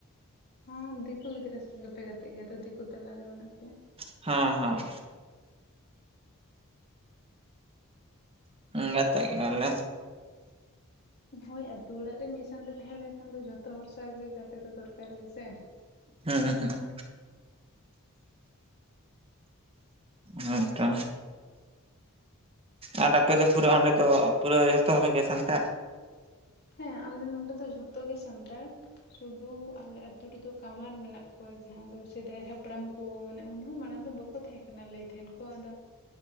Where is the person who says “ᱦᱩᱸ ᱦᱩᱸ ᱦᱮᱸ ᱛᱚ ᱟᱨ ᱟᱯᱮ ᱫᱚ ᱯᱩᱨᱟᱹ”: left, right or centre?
Right